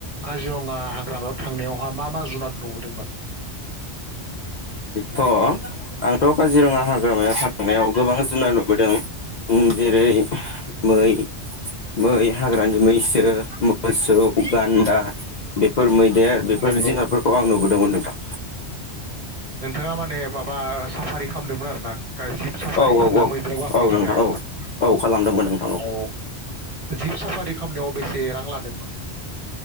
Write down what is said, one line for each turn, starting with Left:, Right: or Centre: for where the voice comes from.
Right: काजिरङा हाग्रामायाव थांनायावहा मा मा जुनाद नुबोदोंमोन
Left: थ आंथ काजिरङा हाग्रामाया थांनायाव गोबां जुनार नुबोदों उम्म जेरै मै मै हाग्रानि मैसो मोसौ गान्दा बेफोर मैदेर बेफोर
Right: नंगौ
Left: जुनारफोर दोंमोन नोंथां
Right: नोंथांङा माने माबा ओ साफारि खामदोंमोन आरोना? गारि जिब साफारि
Left: औ
Right: ना
Left: औ
Right: मैदेराव गाखोना
Left: औ
Right: थांनाय?
Left: नोंथां औ औ खालामदोंमोन नोंथां
Right: औ जिब साफारि खामनायाव बेसे रां लादोंमोन?